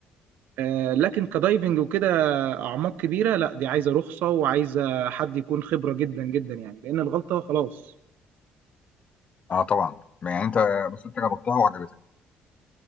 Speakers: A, on the right (about 80°); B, on the left (about 40°).
A: آه، لكن كدايفنج وكده اعماق كبيرة لا دي عايزة رخصة وعايزة حد يكون خبرة جدا جدا يعني لان الغلطة خلاص
B: اه طبعا يعني انت بس انت جربتها وعجبتك